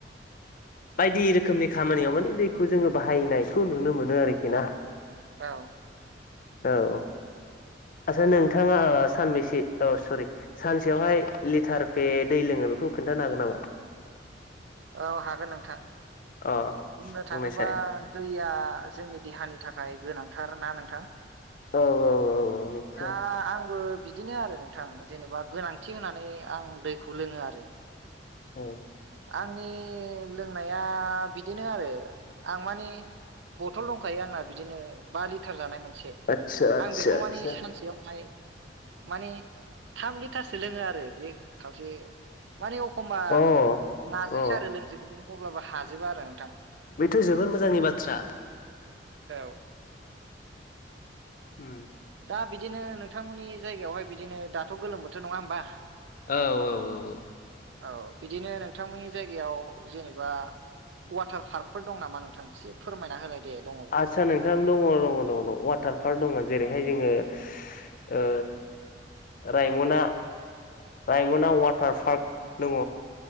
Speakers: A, on the left (about 50°); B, on the right (about 75°).
A: बायदि रोखोमनि खामानियाव मानि दैखौ जोंङो बाहायनायखौ नुनो मोनो आरोखि ना।
B: औ
A: औ औ आथसा नोंथाङा सानबेसे अ सरि सानसेयावहाय लिटार पे दै लोङो खौ खोन्थानो हागोन नामा?
B: औ हागोन नोंथां।
A: अ
B: बुंनो थाङोबा
A: बुंनायसाय
B: दैया जोंनि देहानि थाखाय गोनांथार ना नोंथां।
A: औ औ औ औ निस्सय
B: दा आंबो बिदिनो आरो नोंथां जेनेबा गोनांथि होनानै आं दैखौ लोङो आरो
A: औ
B: आंनि लोंनाया बिदिनो आरो आं मानि बथल दंखायो आंना बिदिनो बा लिटार जानाय मोनसे
A: आतसा आतसा
B: आं बेखौ
A: आतसा
B: मानि सानसेयावहाय माने थाम लिटारसो लोङो आरो बे खावसे माने अखमबा
A: अ
B: नाजायो
A: अ
B: आरो लोंजोबनो अब्लाबो हाजोबा आरो नोंथां
A: बेथ' जोबोर मोजांनि बाथ्रा
B: औ
A: उम
B: दा बिदिनो नोंथांमोननि जायगायावहाय बिदिनो दाथ' गोलोम बोथोर नङा होमबा
A: औ औ औ औ
B: औ बिदिनो नोंथांमोननि जायगायाव जेनेबा वाटार पार्कफोर दं नामा नोंथां एसे फोरमायना होलाय दे दङबा
A: आदस्सा नोंथां दङ दङ दङ दङ वाटार पार्क दङ जेरैहाय जोङो ओ रायमना रायमना वाटार पार्क दङ